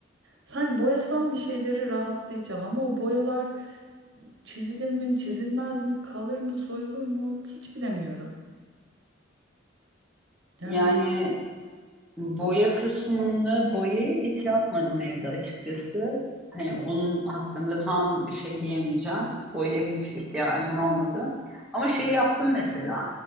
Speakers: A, on the right (about 65°); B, in the centre.
A: Sanki boyasam bir şeyleri rahatlayacağım ama o boyalar çizilir mi, çizilmez mi, kalır mı, soyulur mu hiç bilemiyorum. Yani
B: Yani Boya kısmını, boyayı hiç yapmadım evde açıkçası. Hani onun hakkında tam bir şey diyemeyeceğim. Boya hiç ihtiyacım olmadı. Ama şeyi yaptım mesela.